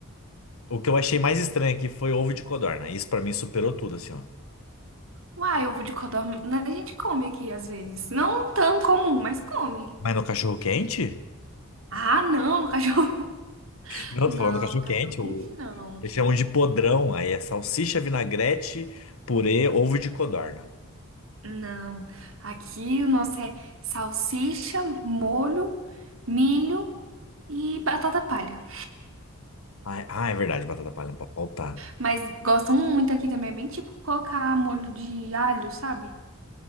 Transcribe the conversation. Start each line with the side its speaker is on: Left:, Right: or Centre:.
Left: O que eu achei mais estranho aqui foi ovo de codorna. Isso pra mim superou tudo, assim, ó.
Right: Uai, ovo de codorna, né, a gente come aqui às vezes, não tão comum, mas come.
Left: Mas no cachorro quente?
Right: Ah, não, no cachorro, <laughs>
Left: Não,
Right: não,
Left: tô falando do cachorro
Right: no cachorro
Left: quente.
Right: quente
Left: o-
Right: não,
Left: Eles chamam de podrão. Aí é salsicha, vinagrete, purê, ovo de codorna.
Right: não. Aqui o nosso é salsicha, molho, milho e batata palha.
Left: Ah, é ah, é verdade, batata palha não pode faltar.
Right: Mas gostam muito aqui também. É bem tipo colocar molho de alho, sabe?